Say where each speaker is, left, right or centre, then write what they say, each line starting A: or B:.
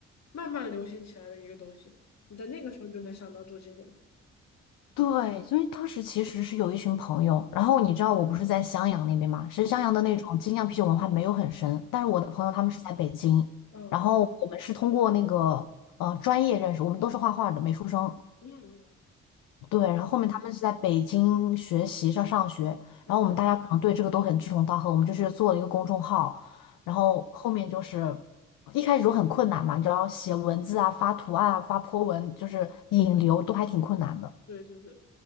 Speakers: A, on the left; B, on the left.
A: 慢慢流行起来的一个东西。你在那个时候就能想到做精酿，
B: 对，因为当时其实是有一群朋友，然后你知道我不是在襄阳那边嘛，其实襄阳的那种精酿啤酒文化没有很深，
A: 嗯
B: 但是我的朋友他们是在北京，
A: 嗯
B: 然后我们是通过那个呃专业认识，我们都是画画的美术生，
A: 嗯嗯
B: 对，
A: 嗯
B: 然后后面他们是在北京学习上上学，
A: 嗯，
B: 然后我们大家可能对这个都很志同道合，我们就是做了一个公众号，然后后面就是
A: 嗯
B: 一开始都很困难嘛，你知道写文字啊、发图案啊、发 po 文，就是引流都还挺困难的。
A: 对对对。